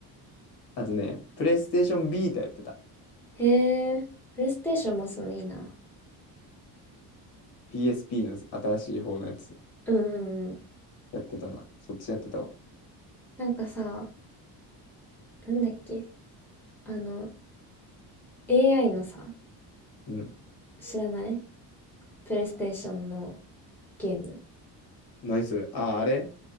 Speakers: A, on the left; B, in the centre.
A: あとね、プレイステーションビータやってた。
B: へえ、プレイステーションもすのいいな。
A: PSP の新しい方のやつ。
B: うんうんうん。
A: やってたな。そっちやってたわ。
B: なんかさ、なんだっけあの、AI のさ、
A: うん。
B: 知らないプレイステーションのゲーム。
A: 何それあ、あれ